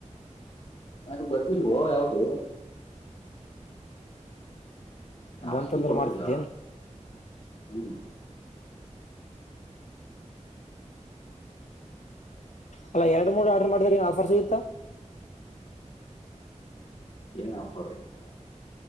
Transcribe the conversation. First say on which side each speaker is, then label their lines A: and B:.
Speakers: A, on the left; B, on the left.
A: ನನಗ್ ಬಂದಿಲ್ವೋ ಯಾವ್ದು ಟಾಸ್ಕು
B: ಬಂತಂದ್ರೆ
A: ಕೊಟ್ಟಿಲ್ಲ
B: ಮಾಡ್ತಿದ್ದೇನ್
A: ಹ್ಮ್
B: ಅಲ್ಲ ಎರಡು ಮೂರು ಆರ್ಡರ್ ಮಾಡಿದ್ರ ಏನ್ ಆಫರ್ ಸಿಗತ್ತಾ
A: ಏನ್ ಆಫರು